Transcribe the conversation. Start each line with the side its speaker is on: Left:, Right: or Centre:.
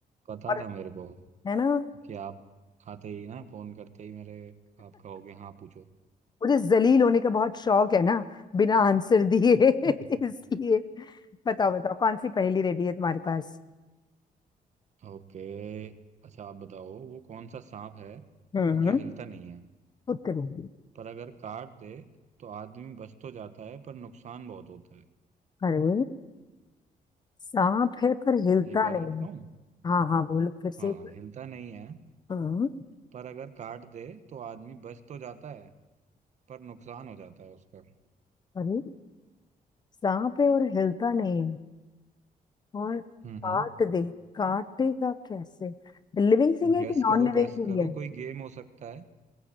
Right: पता
Left: और
Right: था मेरे को
Left: है ना
Right: कि आप आते ही ना फोन करते ही मेरे आप कहोगे हाँ पूछो
Left: मुझे जलील होने का बहुत शौक है ना बिना आंसर दिए <laughs>
Right: <laughs>
Left: इसलिए बताओ बताओ कौन सी पहेली रेडी है तुम्हारे पास
Right: ओके अच्छा आप बताओ वो कौन सा सांप है
Left: हम्म
Right: जो हिलता नहीं है
Left: खुद करूंगी
Right: पर अगर काट दे तो आदमी बच तो जाता है पर नुकसान बहुत होता है
Left: अरे सांप है पर हिलता
Right: एक बार और
Left: नहीं
Right: बताऊं
Left: हाँ हाँ बोलो फिर से
Right: हाँ
Left: एक बार।
Right: हिलता नहीं है
Left: हम्म,
Right: पर अगर काट दे तो आदमी बच तो जाता है पर नुकसान हो जाता है उसका
Left: अरे सांप है और हिलता नहीं है और
Right: हम्म
Left: काट
Right: हम्म
Left: दे काटेगा कैसे लिविंग थिंग है
Right: गैस
Left: कि नॉन
Right: करो
Left: लिविंग
Right: गैस
Left: थिंग
Right: करो
Left: है
Right: कोई गेम हो सकता है